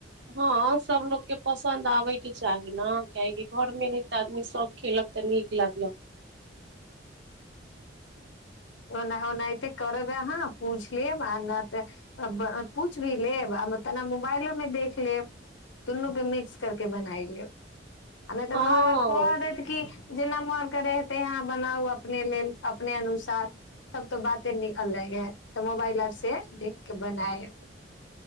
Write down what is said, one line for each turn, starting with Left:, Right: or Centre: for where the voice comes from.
Right: हँ सबलोगके पसन्द आबेके चाही ने कियकि घर त आदमी सब खेलक तऽ नीक लागलक
Left: तऽ ओना ओनाहिते करब अहाँ पूछि लेब आ नहि तऽ पूछि भी लेब आ तेना मोबाइलोमे देख लेब दुनूकेँ मिक्स करि कऽ बनाय लेब आमे तऽ
Right: हँ
Left: घर आर क दैत कि जेना मोन करे हेते हहाँ बनाउ अपने लेल अपने अनुसार तब तो बाते निकललै है तऽ मोबाइल आर से देख के बनाए